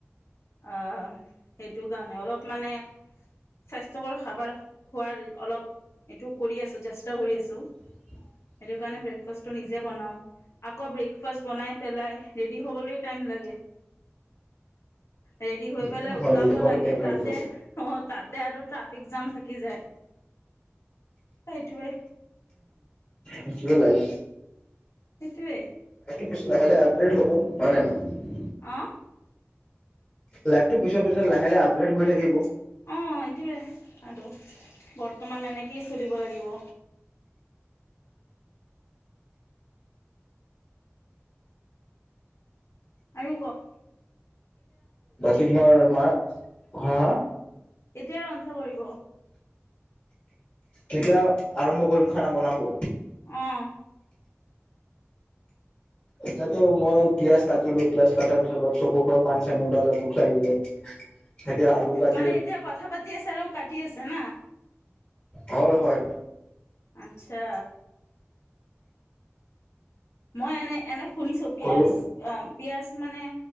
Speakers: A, on the left (about 70°); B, on the left (about 35°).
A: আহ সেইটো কাৰণে অলপ মানে। স্বাস্থ্যকৰ খাবাৰ খোৱাৰ অলপ এইটো কৰি আছো চেষ্টা কৰি আছো।
B: <inaudible>
A: সেইটো কাৰণে ব্ৰেকফাষ্টটো নিজে বনাওঁ। আকৌ ব্ৰেকফাষ্ট বনাই পেলাই ৰেডি হ'বলৈ টাইম লাগে। ৰেডি
B: সেইটো
A: হৈ পেলাই
B: হয়
A: ওলাব
B: সেইটো হয়
A: লাগে
B: টাইম লাগিব
A: তাতে অ তাতে তাতে আৰু ট্ৰেফিক জাম থাকি যায়। সেইটোৱে
B: আ সেইটো লাইফ,
A: সেইটোৱে।
B: দেচোন লাহে লাহে আপগ্ৰেড হ'ব হয় নে নাই।
A: আহ।
B: লাইভতটো পিছৰ পিছত লাহে লাহে আপডেট হৈ থাকিব।
A: অ এইটোৱে আৰু বৰ্তমান এনেকেই চলিব লাগিব। আৰু ক
B: বাকী তোমাৰ মাৰ হা হা
A: এতিয়া ৰন্ধা কৰিব।
B: কেতিয়া আৰম্ভ কৰিম খানা বনাব?
A: অহ
B: এতিয়াতো মই পিয়াজ কাটিলোঁ। পিয়াজ কাটাৰ পিছত চকুৰ পৰা পানী চানী ওলালে। লাগিলে। এতিয়া আলু কাটি
A: মানে এতিয়া কথা পাতি আছে আৰু কাটি আছে না?
B: হয় হয়।
A: আচ্ছা। মই এনে এনে শুনিছোঁ পিয়াজ
B: কলো
A: অ পিয়াজ। মানে